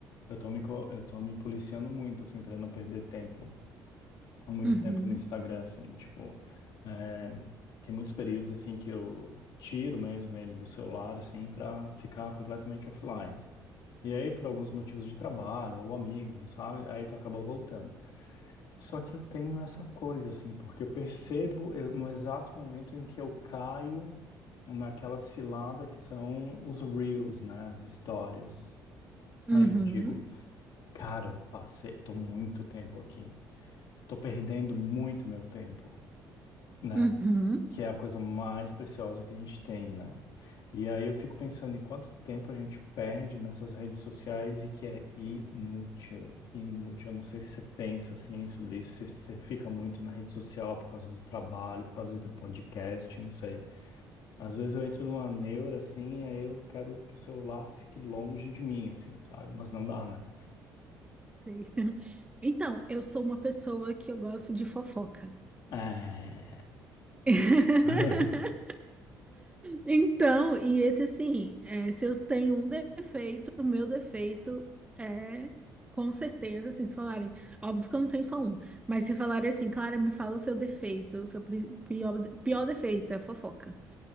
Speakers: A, on the left; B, on the right.
A: eu tô me, co- eu tô me policiando muito, assim, pra não perder tempo, muito
B: Uhum,
A: tempo no Instagram, assim, tipo, é, tem muitos períodos, assim, que eu tiro mesmo ele do celular, assim, pra ficar completamente offline. E aí, por alguns motivos de trabalho ou amigos, sabe? Aí tu acaba voltando. Só que eu tenho essa coisa, assim, porque eu percebo eu- no exato momento em que eu caio naquela cilada que são os reels, né? As histórias.
B: uhum,
A: Aí eu digo, cara, eu passei, tô muito tempo aqui. Tô perdendo muito meu tempo, né?
B: uhum,
A: que é a coisa mais preciosa que a gente tem, né? E aí eu fico pensando em quanto tempo a gente perde nessas redes sociais e que é inútil, inútil. Eu não sei se você pensa assim sobre isso, se você fica muito na rede social por causa do trabalho, por causa do teu podcast, não sei. Às vezes eu entro numa neura assim, aí eu quero que o celular fique longe de mim, assim, sabe? Mas não dá, né?
B: sei. <laughs> Então, eu sou uma pessoa que eu gosto de fofoca.
A: É,
B: <laughs>
A: <laughs>
B: Então, e esse assim, é, se eu tenho um defeito, o meu defeito é, com certeza, assim, se falarem, óbvio que eu não tenho só um, mas se falarem assim, Clara, me fala o seu defeito, o seu pri- pior, pior defeito, é fofoca.